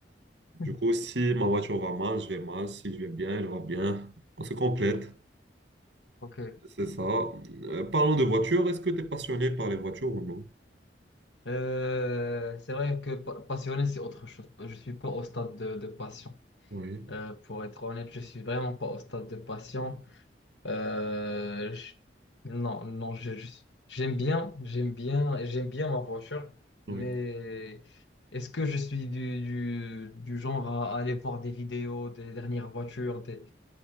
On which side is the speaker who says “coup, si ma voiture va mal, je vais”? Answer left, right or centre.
Right